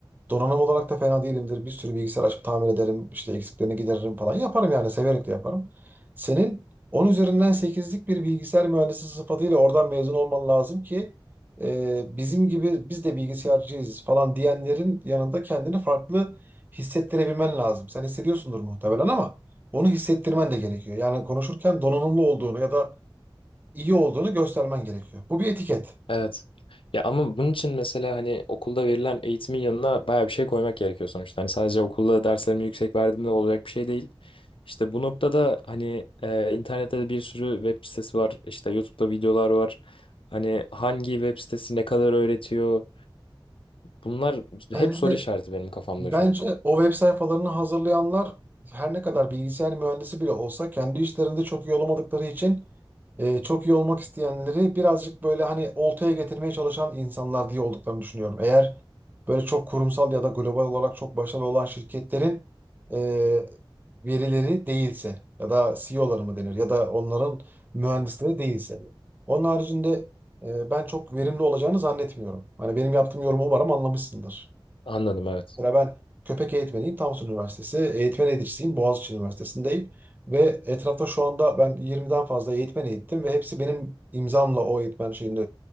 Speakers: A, on the right (about 20°); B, on the left (about 75°).
A: Donanım olarak da fena değilimdir. Bir sürü bilgisayar açıp tamir ederim. işte eksiklerini gideririm falan. Yaparım yani. Severek de yaparım. Senin 10 üzerinden sekizlik bir bilgisayar mühendisi sıfatıyla oradan mezun olman lazım ki e, bizim gibi biz de bilgisayarcıyız falan diyenlerin yanında kendini farklı hissettirebilmen lazım. Sen hissediyorsundur muhtemelen ama onu hissettirmen de gerekiyor. Yani konuşurken donanımlı olduğunu ya da iyi olduğunu göstermen gerekiyor. Bu bir etiket.
B: Evet. Ya ama bunun için mesela hani okulda verilen eğitimin yanına bayağı bir şey koymak gerekiyor sonuçta. Hani sadece okulda derslerimi yüksek verdiğimde olacak bir şey değil. İşte bu noktada hani e, internette de bir sürü web sitesi var. İşte YouTube'da videolar var. Hani hangi web sitesi ne kadar öğretiyor? Bunlar
A: Bence
B: hep soru işareti benim kafamda
A: Bence
B: şu an.
A: o web sayfalarını hazırlayanlar her ne kadar bilgisayar mühendisi bile olsa kendi işlerinde çok iyi olamadıkları için e, çok iyi olmak isteyenleri birazcık böyle hani oltaya getirmeye çalışan insanlar diye olduklarını düşünüyorum. Eğer böyle çok kurumsal ya da global olarak çok başarılı olan şirketlerin e, verileri değilse ya da CEO'ları mı denir ya da onların mühendisleri değilse. Onun haricinde e, ben çok verimli olacağını zannetmiyorum. Hani benim yaptığım yorumu umarım anlamışsındır.
B: Anladım evet.
A: Mesela ben köpek eğitmeniyim Samsun Üniversitesi. Eğitmen eğiticisiyim Boğaziçi Üniversitesi'ndeyim. Ve etrafta şu anda ben 20'den fazla eğitmen eğittim ve hepsi benim imzamla o eğitmen şeyini